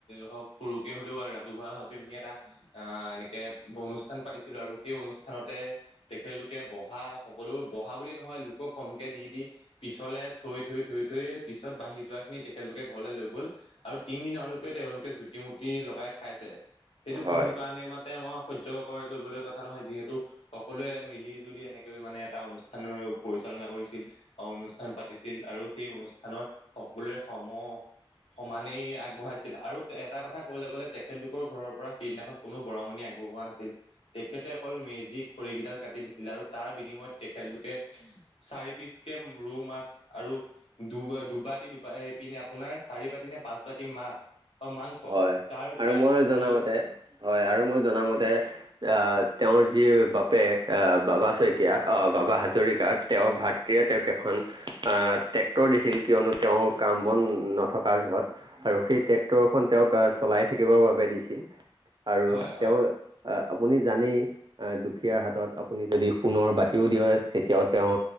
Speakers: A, on the left; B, on the right.
A: হওক সৰুকে হলেও আৰু ৰাজহুৱা ভাবি আমি এটা অ এনেকে অনুষ্ঠ অনুষ্ঠান পাতিছিলো আৰু সেই অনুষ্ঠানতে তেখেতলোকে বহা সকলো বহা বুলি নহয় লোকক কমকে দি দি পিছলে থৈ-থৈ-থৈ-থৈ পিছত বাঢ়ি যোৱা খিনি তেখেতলোকে ঘৰলে লৈ গ'ল আৰু তিনি দিন লৈ তেওঁলোকে জুতি মূ্তি লগাই খাইছে। সেইটো
B: হয়।
A: কোনো কাৰণেই মতে মই সহ্য কৰিবলৈ কথা নহয়, যিহেতু সকলোৱে মিলি জুলি কেনেকৈ মানে এটা অনুষ্ঠানৰ পৰিচালনা কৰিছিল বা অনুষ্ঠান পাতিছিল আৰু সেই অনুষ্ঠানৰ সকলোৱে সম সমানেই আগবঢ়াইছিল আৰু এটা কথা ক'বলৈ গ'লে তেখেতলোকৰ ঘৰত ঘৰৰ পৰা সেইদিনাখন কোনো বৰঙণি আগবঢ়োৱা নাছিল। তেখেতে অকল মেজি খৰিকেইডাল কাটি দিছিল আৰু তাত তাৰ বিনিময়ত তেখেতলোকে চাৰি পিচকে ৰৌ মাছ আৰু দুবাত দুবাৰ এইপিনে আপোনাৰ চাৰি বাতি নে পাঁচ বাতি মাছ। অ মাংস
B: হয়
A: তাৰ উপৰি
B: আৰু মই
A: আকৌ ঘৰলৈ
B: জনামতে হয় আৰু মই জনামতে আহ তেওঁৰ যি বাপেক বাবা শইকীয়া, বাবা হাজৰিকা তেওঁৰ ভাতৃয়ে তেওঁক এখন আ ট্ৰেক্টৰ দিছিল কিয়নো তেওঁৰ কাম বন নথকাৰ য'ত আৰু সেই ট্ৰেক্টৰখন তেওঁক চলাই থাকিবৰ বাবে দিছে। দিছিল আৰু
A: হয় হয়
B: তেওঁৰ আহ আপুনি জানেই দুখীয়াৰ হাতত আপুনি যদি সোণৰ বাতিও দিয়ে, তেতিয়াও তেওঁ